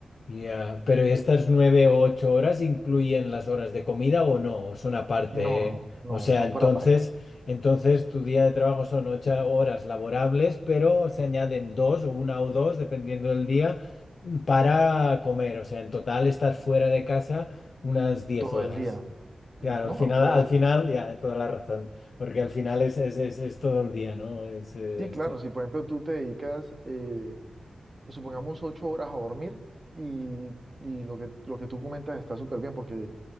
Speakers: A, on the left; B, on the right.
A: Yeah. Pero estas nueve o ocho horas incluyen las horas de comida o no, o son aparte,
B: No, no,
A: ¿eh?
B: no,
A: O sea,
B: son
A: entonces,
B: por aparte.
A: entonces tu día de trabajo son ocho horas laborables, pero se añaden dos o una o dos, dependiendo del día, para comer. O sea, en total estás fuera de casa unas diez
B: todo
A: horas.
B: el día. Eh,
A: Claro,
B: No,
A: al final,
B: pero,
A: al
B: eh,
A: final, ya, toda la razón, porque al final
B: es-
A: es, es, es, es todo el día, ¿no? Es, eh,
B: sí,
A: esta-
B: claro, si por ejemplo tú te dedicas, eh, supongamos,
A: Ujú.
B: ocho horas a dormir y, y lo que, lo que tú comentas está súper bien porque